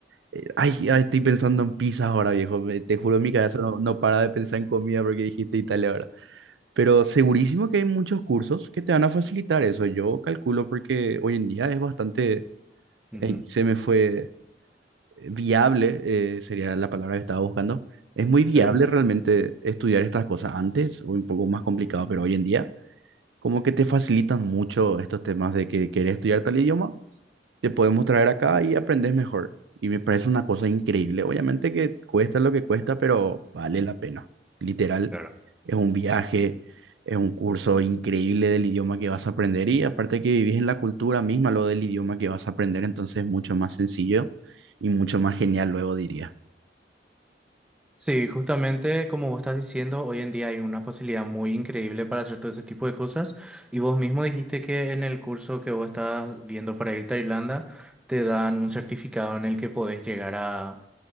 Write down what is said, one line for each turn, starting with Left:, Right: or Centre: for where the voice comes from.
Right: eh, Ay, ay, estoy pensando en pizzas ahora, viejo. Me- Te juro, mi cabeza no, no para de pensar en comida porque dijiste Italia ahora. Pero segurísimo que hay muchos cursos que te van a facilitar eso. Yo calculo porque hoy en día es bastante...
Centre: ujú,
Right: Ey, se me fue viable, eh, sería la palabra que estaba buscando. Es muy viable
Centre: Sí.
Right: realmente estudiar estas cosas antes, o un poco más complicado, pero hoy en día, como que te facilitan mucho estos temas de que querés estudiar tal idioma, te podemos traer acá y aprendes mejor. Y me parece una cosa increíble. Obviamente que cuesta lo que cuesta, pero vale la pena. Literal,
Centre: Claro.
Right: es un viaje, es un curso increíble del idioma que vas a aprender y aparte que vivís en la cultura misma, lo del idioma que vas a aprender, entonces es mucho más sencillo y mucho más genial, luego diría.
Centre: Sí, justamente como vos estás diciendo, hoy en día hay una facilidad muy increíble para hacer todo ese tipo de cosas. Y vos mismo dijiste que en el curso que vos estás viendo para irte a Irlanda, te dan un certificado en el que podés llegar a